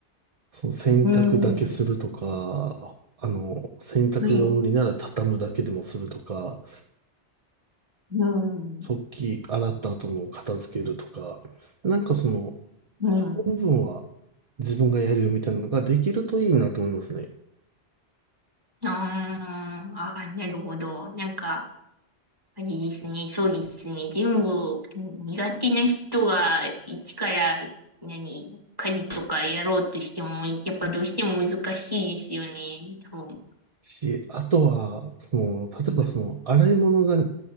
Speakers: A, on the right; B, on the right.
A: その洗濯だけするとか、
B: うん
A: あの、洗濯が無理なら畳むだけでもするとか、
B: はい。うん。
A: 食器洗った後の片付けるとか、なんかその、
B: うん。
A: この部分は自分がやるよみたいなのができるといいなと思いますね。
B: あーあー、なるほど。なんか、ありですね。そうですね。全部苦手な人が一から何、家事とかやろうとしても、やっぱどうしても難しいですよね。多分。
A: し、あとは、その、例えばその、
B: うん
A: 洗い物が